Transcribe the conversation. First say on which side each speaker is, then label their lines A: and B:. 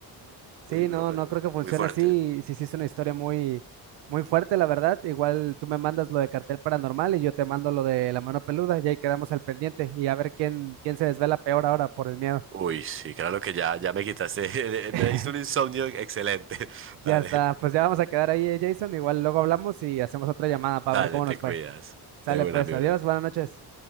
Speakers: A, on the right (about 80°); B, on the right (about 30°).
A: Sí,
B: Uy, bro,
A: no,
B: pero
A: no creo que funcione
B: muy fuerte.
A: así. Sí, sí, es una historia muy, muy fuerte, la verdad. Igual tú me mandas lo de cartel paranormal y yo te mando lo de la mano peluda y ahí quedamos al pendiente y a ver quién, quién se desvela peor ahora por el miedo.
B: Uy, sí, claro que ya, ya me quitaste.
A: <laughs>
B: <laughs> Me diste un insomnio excelente. <laughs>
A: Ya
B: Dale,
A: está, pues ya vamos a quedar ahí, eh, Jason. Igual luego hablamos y hacemos otra llamada para
B: dale,
A: ver cómo
B: te
A: nos fue.
B: cuidas.
A: Sale
B: De una,
A: pues,
B: mi
A: adiós,
B: bro.
A: buenas noches.